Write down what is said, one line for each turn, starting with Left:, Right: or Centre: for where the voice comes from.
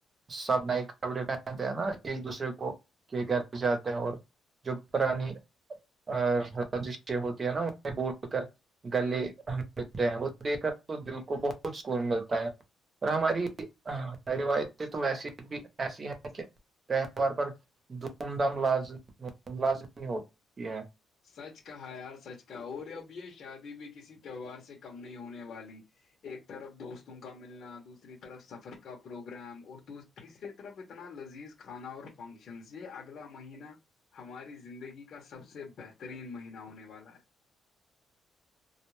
Right: سب نئے کپڑے پہنتے ہیں نا ایک دوسرے کو کے گھر پ جاتے ہیں اور جو پرانی رجشیہ ہوتی ہے نا انیں بول کر گلے ہم ملتے ہیں وہ دیکھ کر تو دل کو بہت سکون ملتا پر ہماری روایتیں تو وسی بھی ایسی ہیں کہ تہوار پر دھوم دھام لاز لازمی ہوتی ہے
Left: سچ کہا یار سچ کا اور اب یہ شادی بھی کسی تہوار سے کم نہیں ہونے والی ایک طرف دوستوں کا ملنا دوسری طرف سفر کا پروگرام اور تیسری طرف اتنا لذیذ کھانا اور فنکشن یہ اگلا مہینہ ہماری زندگی کا سب سے بہترین مہینہ ہونے والا ہے